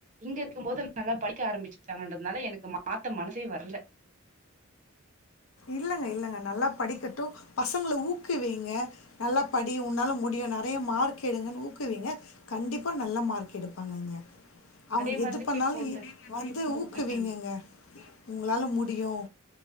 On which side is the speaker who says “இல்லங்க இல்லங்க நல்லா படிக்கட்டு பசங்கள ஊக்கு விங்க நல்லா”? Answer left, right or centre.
Left